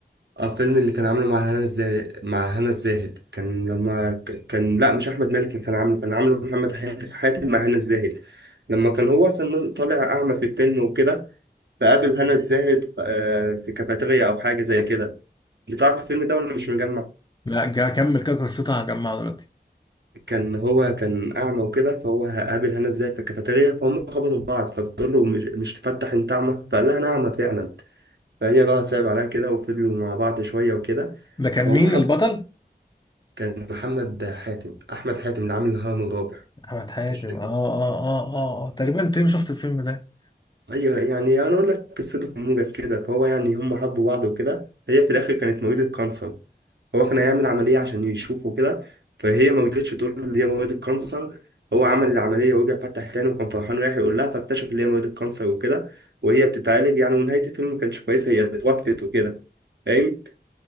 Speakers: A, on the right; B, on the left.
A: اه فيلم اللي كان عامله مع هنا الزاهد مع هنا الزاهد كان لما ك- كان لا مش احمد مالك اللي كان عامله كان عامله محمد حاتم حاتم مع هنا الزاهد لما كان هو كان طالع اعمى في الفيلم وكده بقابل هنا الزاهد آه، في كافيتيريا أو حاجة زي كده أنت تعرف الفيلم ده ولا مش مجمع؟
B: لا جا- كمل كده قصتها هجمعها دلوقتي
A: كان هو كان أعمى وكده فهو قابل هنا الزاهد في الكافيتيريا فهم خبطوا في بعض فبتقول له مش, مش تفتح أنت أعمى فقال لها أنا أعمى فعلا فهي بقى صعب عليها كده وفضلوا مع بعض شوية وكده
B: ده كان
A: فهم
B: مين
A: حب
B: البطل؟
A: كان محمد حاتم أحمد حاتم اللي عامل الهرم الرابع
B: أحمد حاتم
A: مش فاكر.
B: اه اه اه اه اه تقريبا تقريبا شفت الفيلم ده
A: ايوه يعني انا اقول لك قصته في موجز كده فهو يعني هم حبوا بعض وكده هي في الاخر كانت مريضة كانسر هو كان هيعمل عملية عشان يشوفه كده فهي ما رضتش تقول له ان هي مريضة كانسر هو عمل العملية ورجع فتح تاني وكان فرحان رايح يقول لها فاكتشف ان هي مريضة كانسر وكده وهي بتتعالج يعني ونهاية الفيلم ما كانتش كويسة هي اتوفت وكده فاهم